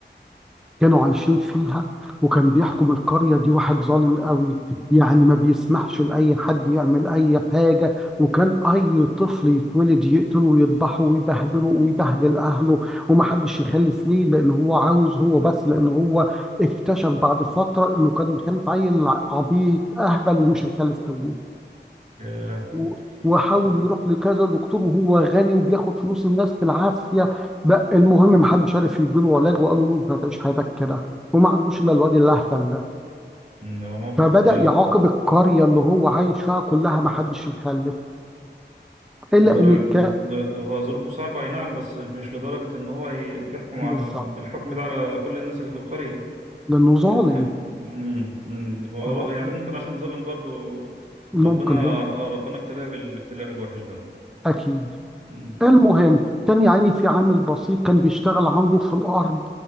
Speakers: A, in the centre; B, on the right.
A: كانوا عايشين فيها وكان بيحكم القرية دي واحد ظالم قوي يعني ما بيسمحش لأي حد يعمل أي حاجة وكان أي طفل يتولد يقتله ويذبحه ويبهدله ويبهدل أهله ومحدش يخلف ليه لأن هو عاوز هو بس لأن هو اكتشف بعد فترة إنه كان مخلف عيل عبيط أهبل ومش هيخلف تاني
B: آه.
A: و- وحاول
B: امم
A: يروح لكذا دكتور وهو غني وبياخد فلوس الناس بالعافيه بقى المهم ما حدش عارف يديله علاج وقالوا له انت هتعيش حياتك كده وما عندوش الا الواد الاهبل ده
B: هو موقف
A: فبدا
B: آه،
A: يعاقب القريه اللي هو عايش فيها كلها ما حدش يخلف الا
B: درج...
A: ان الك
B: در- هو ظروفه صعبة أي نعم بس مش لدرجة إن هو ي- يحكم على...
A: بالظبط
B: بالحكم ده على كل الناس اللي في القرية
A: لانه ظالم
B: يعني امم أمم. هو
A: اه
B: ر- يعني ممكن عشان ظالم برضو
A: ممكن
B: ربنا
A: هو
B: آه، ربنا ابتلاه بالابتلاء الوحش ده
A: اكيد
B: امم
A: المهم كان يا عيني في عامل بسيط كان بيشتغل عنده في الارض